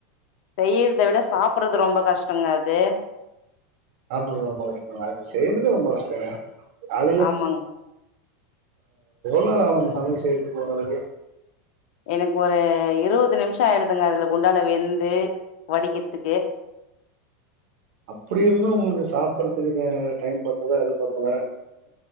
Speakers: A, on the left; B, on the right.
A: செய்யறதை விட சாப்பறது ரொம்ப கஷ்டங்க அது
B: சாப்புறது ரொம்ப கஷ்டம் அது செய்யறது ரொம்ப கஷ்டம் <unintelligible> ஆஹ்
A: ஆமாங்க
B: நேரம் ஆச்சு சமையல் செய்யுறதிற்கு உங்களுக்கு
A: எனக்கு ஒரு இருபது நிமிஷம் ஆயிடுதுங்க அதுல குண்டால வெந்து வடிக்கிறதுக்கு
B: அப்படி இருந்தும் உங்களுக்கு சாப்படுறதுக்குக்க டைம் பத்தல அது பத்தல